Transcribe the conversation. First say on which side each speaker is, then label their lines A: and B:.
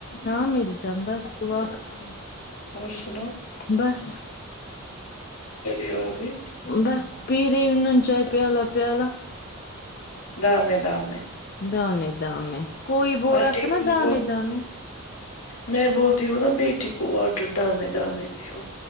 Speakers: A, on the left; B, on the left.
A: ہاں میری جان بس دعا آ
B: اور سناؤ
A: بس
B: کیا ری
A: بس پی رہی ہوں نا چائے پیالہ پیالہ
B: دامیں دامیں
A: دامیں دامیں کوئی بول
B: آنٹی
A: رہا تھا نا
B: کی
A: دامیں
B: وہ
A: دامیں
B: میں بولتی ہوں نا بیٹی کو واٹر دامے دامے پیو